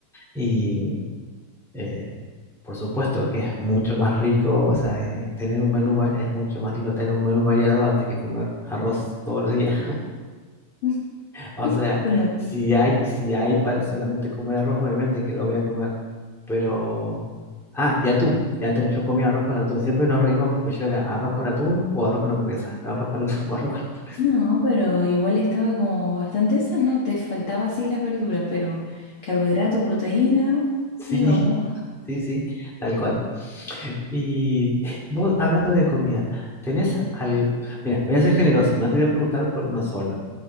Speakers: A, in the centre; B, on the left.
A: Y eh, por supuesto que es mucho más rico, o sea, eh, tener un menú, va- es mucho más lindo tener un menú variado antes que comer arroz todos los días.
B: Mm,
A: O
B: mm.
A: sea,
B: Bueno,
A: si hay, si hay para solamente comer arroz, obviamente que lo voy a comer. Pero. Ah, y atún, y atún. Yo comía arroz con atún. Siempre nos reímos porque yo era arroz con atún o arroz con hamburguesa. Arroz con atún <laughs> o arroz con atún.
B: no, pero igual estaba como bastante sano, te faltaba así las verduras, pero carbohidrato, proteína,
A: Sí,
B: íbamos.
A: sí, sí, tal cual. Y vos, hablando de comida, ¿tenés al... Mira, voy a ser generoso, no te voy a preguntar por uno solo.